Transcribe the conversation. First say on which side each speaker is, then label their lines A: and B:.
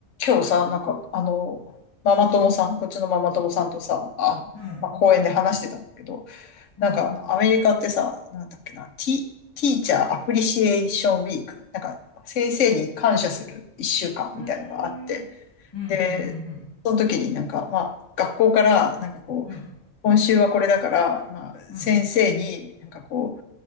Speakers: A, on the left; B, on the left.
A: 今日さ、なんか、あの、ママ友さん、こっちのママ友さんとさ、あ、
B: うん、
A: まあ、公園で話してたんだけど、
B: うん、
A: なんか、アメリカってさ、なんだっけな、ティ、ティーチャーアプリシエーションウィーク、なんか、先生に感謝する一週間みたいなのがあって、
B: うーん。うん、うん、
A: で、
B: うん、
A: その時になんか、まあ、学校から、なんかこう、
B: うん、
A: 今週はこれだから、まあ、
B: うん、
A: 先生になんかこ
B: うん、